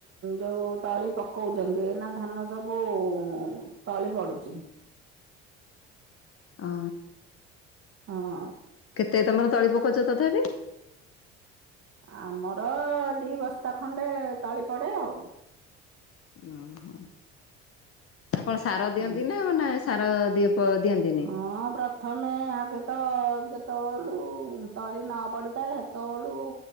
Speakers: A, on the right; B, on the left.
A: ଯୋଉ ତଳି ପକଉଛନ୍ତି ଏଇନା ଧାନ ସବୁ ଉଁ ମ୍ ତାଳି ପଡୁଛି।
B: ଅହ।
A: ହଁ।
B: କେତେ ତମର ତଳି ପକୋଉଛ ତଥାପି?
A: ଆମର ଦି ବସ୍ତା ଖଣ୍ଡେ ତଳି ପଡ଼େ ଆଉ।
B: ଉଁ ହୁଁ। କଣ ସାର ଦିଅନ୍ତି
A: ହୁଁ।
B: ନା ନା ସାର ଦିଅନ୍ତି ନି?
A: ହଁ ପ୍ରଥମେ ଆଗେ ତ ଯେତେବେଳୁ ତଳି ନ ପଡିଥାଏ ସେତେବେଳୁ